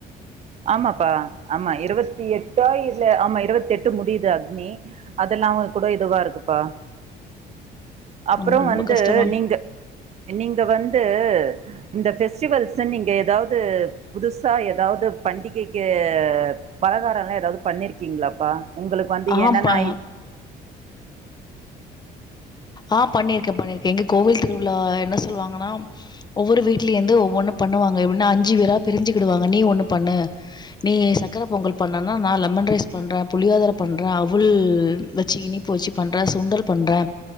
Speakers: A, on the right; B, on the left.
A: ஆமாப்பா ஆமா இருவத்தி எட்டா இல்ல ஆமா இருவத்தி எட்டு முடிது அக்னி அதெல்லா கூட இதுவா இருக்குப்பா அப்றோ
B: ஆமா ரொம்ப
A: வந்து
B: கஷ்டமா
A: நீங்க நீங்க வந்து இந்த ஃபெஸ்டிவல்ஸ நீங்க எதாவது புதுசா எதாவது பண்டிகைக்கு பலகாரல்லா எதாவது பண்ணிருக்கீங்களாப்பா உங்களுக்கு வந்து
B: ஆ
A: என்னென்னா
B: பா ஆ பண்ணிருக்கே பண்ணிருக்கே எங்க கோவில் திருவிழா என்ன சொல்லுவாங்கன்னா ஒவ்வொரு வீட்லே இருந்து ஒவ்வொன்னு பண்ணுவாங்க எப்புனா அஞ்சு பேரா பிரிஞ்சிகிடுவாங்க நீ ஒண்ணு பண்ணு நீ சக்கர பொங்கல் பண்ணனா நா லெமன் ரைஸ் பண்றே புளியோதர பண்றே அவுல் வச்சி இனிப்பு வச்சி பண்றே சுண்டல் பண்றே